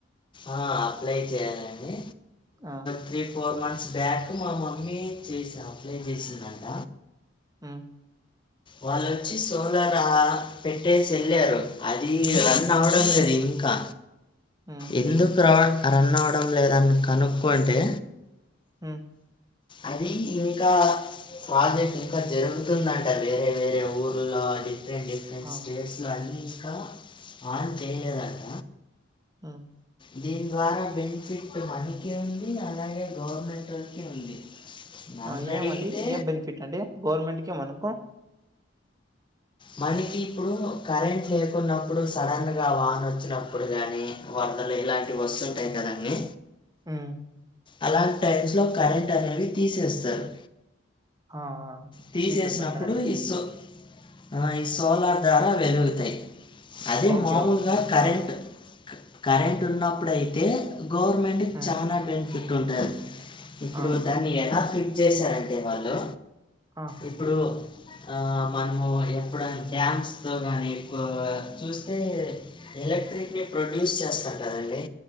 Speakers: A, on the left (about 25°); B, on the right (about 20°).
A: ఆ అప్లై చేయ్యాలని
B: ఆ
A: త్రీ ఫోర్ మంత్స్ బ్యాక్ మా మమ్మీ చేసా అప్లై చేసిందంట
B: మ్మ్
A: వాళ్ళు వొచ్చి సోలార్ ఆ పెట్టేసి వెళ్ళారు అది వన్ అవార్ <unintelligible> ఇంకా
B: ఉను
A: ఎందుకు రా రన్ అవ్వడం లేదని కనుక్కొంటే
B: ఉను
A: అది ఇంకా ప్రాజెక్ట్ ఇంకా జరుగుతుందంటా వేరే వేరే ఊర్లో different డిఫి రెంట్
B: ఆ
A: states లో అన్నీ ఇంకా ఆన్ చేయలేదంట
B: ఉనా
A: దీని ద్వారా బెనిఫిట్ మనికి ఉంది అలానే గవర్నమెంటోళ్ళకి ఉంది నన్ను
B: అ
A: అడిగితే
B: ఏమండి ఏం బెనిఫిట్ అండి గవర్నమెంట్ కు మనకు
A: మనకి ఇప్పుడు కరెంట్ లేకున్నప్పుడు సడన్ గా వాన వచ్చినప్పుడు గాని వరదలు ఇలాంటివి వస్తువుంటాయి కదండీ
B: ఆ <unintelligible>
A: అలాంటి టైమ్స్ లో కరెంట్ అనేది తీసేస్తారు
B: ఆ ఆ
A: తీసేసినప్పుడు
B: తీసేశారు. కరెక్ట్ అండి.
A: ఈ సో ఆ ఈ సోలార్ ద్వార వెలుగుతాయి అది
B: ఓకే.
A: మాములుగా
B: ఓకే. ఓకే.
A: కరెంట్
B: ఆ!
A: కరెంట్ ఉన్నప్పుడు అయితే గవర్నమెంట్ కు
B: ఆ!
A: చాలా బెన్ఫిట్ ఉంటాది ఇప్పుడు
B: ఆ!
A: దాన్ని ఎలా ఫిట్ చేశారంటే వాళ్ళు
B: ఆ!
A: ఇప్పుడు ఆ మనము ఎప్పుడన్న డ్యామ్స్ లో గానీ ఎక్కువగా చూస్తే ఎలక్ట్రిక్ ని ప్రొడ్యూస్ చేస్తారు కదండి